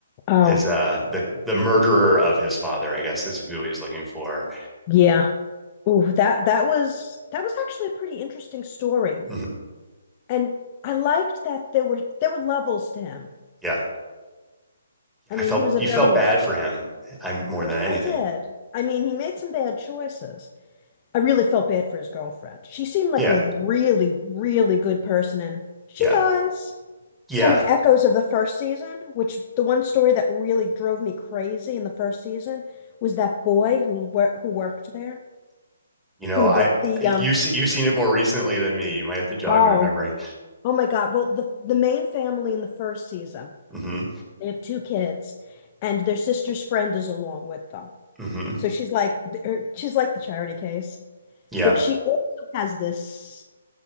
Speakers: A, on the left; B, in the centre.
A: Oh,
B: his uh the the murderer of his father? I guess is who he was looking for.
A: yeah. Oh, that that was that was actually a pretty interesting story.
B: Mhm.
A: And I liked that there were there were levels to him.
B: Yeah,
A: I
B: I
A: mean,
B: felt
A: he was a
B: you
A: very
B: felt bad for him. I'm more
A: I
B: than anything.
A: I did. I mean, he made some bad choices. I really felt bad for his girlfriend. She seemed like
B: Yeah,
A: a really, really good person, and she
B: yeah,
A: dies.
B: yeah.
A: Kind of echoes of the first season, which the one story that really drove me crazy in the first season was that boy who wor who worked there,
B: You know,
A: who
B: I
A: the the
B: you've
A: um
B: seen you've seen it more recently than me. You might have to jog
A: oh
B: my memory.
A: oh my God. Well, the the main family in the first season,
B: hmm
A: they have two kids, and their sister's friend is along with them.
B: hmm
A: So she's like her, she's like the charity case,
B: Yeah.
A: but she also has this.